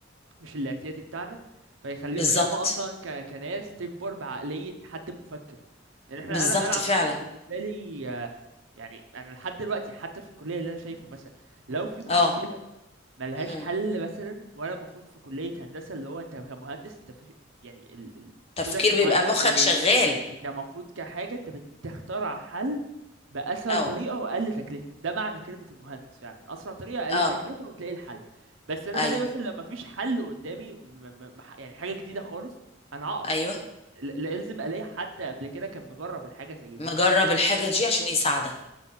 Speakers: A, on the right; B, on the left.
A: مش الاعتيادي بتاعنا فيخليهم
B: بالظبط
A: اللي هم اصلا ك... كناس تكبر بعقلية حد مفكر يعني
B: بالظبط
A: احنا انا انا عامة
B: فعلا
A: بالنسبة لي آه، يعني انا لحد دلوقتي حتى في الكلية اللي انا شايفه مثلا لو في مشكلة
B: اه
A: ملهاش
B: مم.
A: حل مثلا وانا المفروض في كلية هندسة اللي هو انت كمهندس انت في... يعني ال... ال-
B: تفكير
A: وجودك كمهندس
B: بيبقى مخك
A: في
B: شغال
A: انت المفروض كحاجة انت بتخترع حل بأسهل
B: اه
A: طريقة وأقل تكلفة ده معنى كلمة المهندس فعلا أسرع طريقة أقل
B: اه
A: تكلفة وتلاقي الحل بس أنا
B: ايوه
A: بلاقي مثلا لما مفيش حل قدامي وم- م- م- يعني حاجة جديدة خالص أنا أقف
B: ايوه
A: يعني ل- لازم ألاقي حد قبل كده كان مجرب الحاجة زي دي
B: مجرب الحاجة دي عشان يساعدك